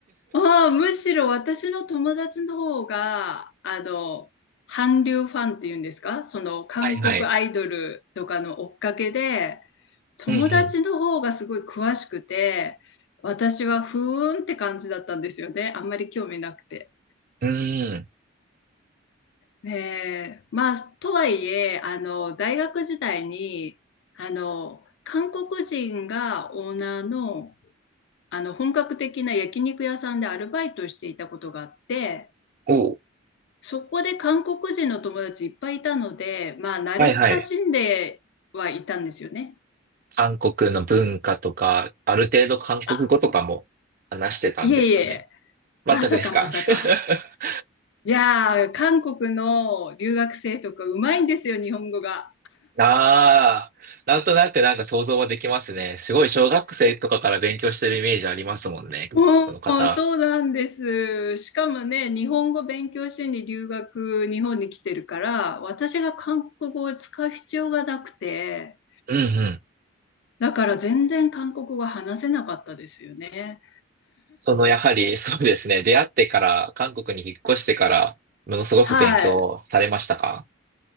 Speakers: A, on the left; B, on the right.
A: あーむしろ私の友達の方が、あの、韓流ファンっていうんですか、その韓国アイドルとかの追っかけで、
B: <laughs> はいはい。
A: 友達の方がすごい詳しくて、
B: うん
A: 私はふーんって感じだったんですよね。あんまり興味なくて。
B: うん。うん。
A: ねえ、まあ、とはいえ、あの、大学時代に、あの、韓国人がオーナーのあの本格的な焼肉屋さんでアルバイトしていたことがあって、
B: おー
A: そこで韓国人の友達いっぱいいたので、まあ慣れ親しんではいたんですよね。
B: はいはい。韓国の文化とか、ある程度韓国語とかも話してたんですかね。
A: あ、いえいえ、
B: 全くですか
A: まさかまさか。
B: <laughs>
A: いやー、韓国の留学生とかうまいんですよ、日本語が。
B: ああ、なんとなくなんか想像はできますね。すごい小学生とかから勉強してるイメージありますもんね、韓国の方。
A: おお、そうなんです。しかもね、日本語勉強しに留学、日本に来てるから、私が韓国語を使う必要がなくて、
B: うんうん。
A: だから全然韓国語話せなかったですよね。
B: そのやはり <laughs> そうですね、出会ってから、韓国に引っ越してから、ものすごく勉強されましたか
A: はい。